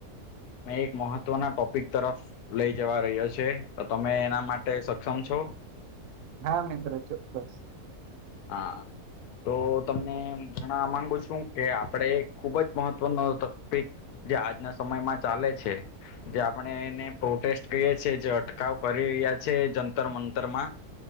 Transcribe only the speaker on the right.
હા મિત્ર ચોકક્સ